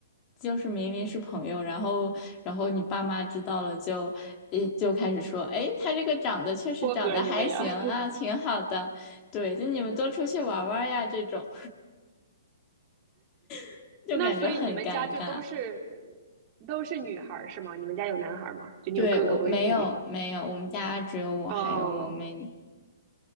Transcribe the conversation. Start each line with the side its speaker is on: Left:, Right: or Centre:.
Left: 就是明明是朋友，然后然后你爸妈知道了就呃就开始说，哎，他这个长得确实长得还行啊，
Right: 撮合你们呀。<laughs>
Left: 挺好的，对，就你们多出去玩玩呀这种，<laughs> 就感觉很尴尬。
Right: 那所以你们家就都是都是女孩儿是吗？你们家有男孩儿吗？就你有哥哥或者弟弟吗？
Left: 对，我没有没有，我们家只有我还有我妹妹。
Right: 哦，